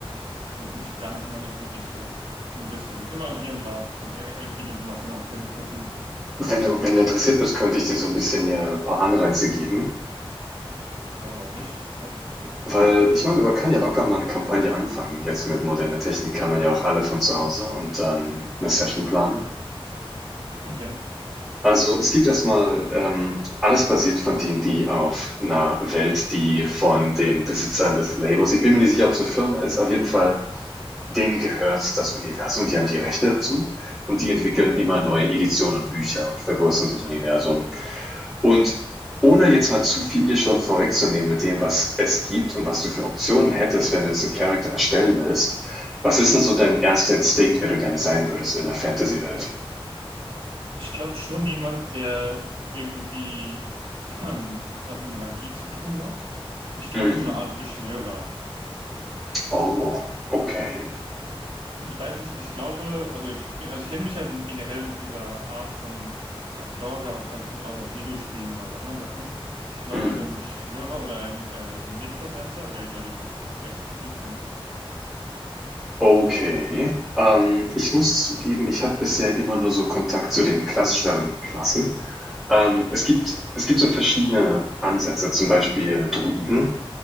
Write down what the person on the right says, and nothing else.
Noch nicht ganz, noch nicht wirklich so. Ein bisschen. Immer hier und da habe ich äh, viele Informationen aufgegriffen.
Ja, warum nicht?
Okay.
Ja.
Mhm.
Ich glaube schon jemand, der irgendwie <clears throat> ähm, was mit Magie zu tun hat. Ich glaube
so eine Art Beschwörer.
Ich weiß nicht, ich glaube, also ich, bin- also ich kenne mich ja generell mit dieser Art von äh, Genre auch ganz gut aus, aus Videospielen oder aus anderen Sachen. Ich glaube,
so ein Beschwörer oder ein äh, Necromancer wäre, glaube ich, was, was, was ich cool fände.
Mhm,